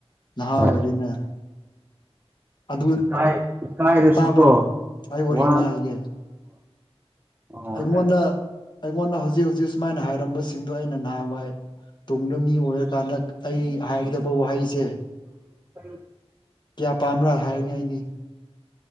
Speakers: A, on the left (about 45°); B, on the right (about 20°).
A: ꯅꯥꯍꯥ
B: ꯍꯣꯏ
A: ꯑꯣꯏꯔꯤꯅ ꯑꯗꯨ
B: ꯏꯀꯥꯏ ꯏꯀꯥꯏꯔꯁꯨꯀꯣ
A: ꯇꯥꯕ꯭ꯔꯣ ꯑꯩ ꯋꯥꯔꯤ
B: ꯋꯥꯅꯀꯣ
A: ꯑꯃ ꯍꯥꯏꯒꯦ
B: ꯑꯣ
A: ꯑꯩꯉꯣꯟꯗ
B: ꯍꯥꯏꯔꯣ
A: ꯑꯩꯉꯣꯟꯗ ꯍꯧꯖꯤꯛ ꯍꯧꯖꯤꯛ ꯁꯨꯝꯃꯥꯏꯅ ꯍꯥꯏꯔꯝꯕꯁꯤꯡꯗꫭ ꯑꯩꯅ ꯅꯍꯥꯟꯋꯥꯏ ꯇꯨꯡꯗ ꯃꯤ ꯑꯣꯏꯔꯀꯥꯟꯗ ꯑꯩ ꯍꯥꯏꯒꯗꯕ ꯋꯥꯍꯩꯁꯦ
B: <unintelligible>
A: ꯀ꯭ꯌꯥ ꯄꯥꯝꯕ꯭ꯔ ꯍꯥꯏꯔꯅꯤ ꯑꯩꯗꯤ